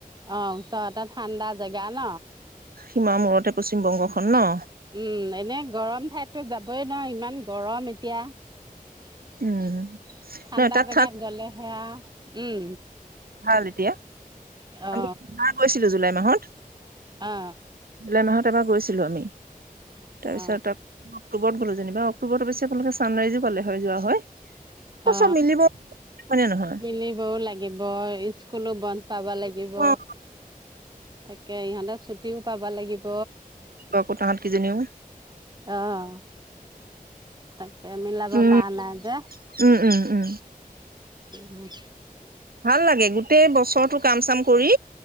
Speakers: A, on the right; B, on the right.
A: অ ওচৰতেটা ঠাণ্ডা জেগা ন
B: সীমা মূৰতে পশ্চিম বংগখন ন
A: উম এনে গৰম ঠাইতো যাবই ন ইমান গৰম এতিয়া
B: উম
A: ঠাণ্ডা
B: নহয় তাত
A: জোগাত গলে সেয়া উম
B: ভাল এতিয়া
A: অ
B: আমিাৰ গৈছিলো জুলাই মাহত
A: অ
B: জুলাই মাহত তাৰ পৰা গৈছিলো আমি তাৰপিছত
A: অ
B: ত অক্টোবৰত গাটো যেনিব অ্টোবৰত অশ্যেপোনালোক ছানৰাইজো পালে যোৱা হয় আকৌ
A: অ
B: চব মিলিব হয়নে নহয়
A: মিলিবও লাগিব স্কুলো বন্ধ পাব ভাবা লাগিব
B: অ
A: তাকে ইহঁতে ছুটিও পাব লাগিব
B: আকৌ তাহাঁত কিজনীও
A: অ তাকে মিলাব
B: উম
A: প নাই যে
B: উম উম উম
A: উম অ
B: ভাল লাগে গোটেই বছৰটো কাম চাম কৰি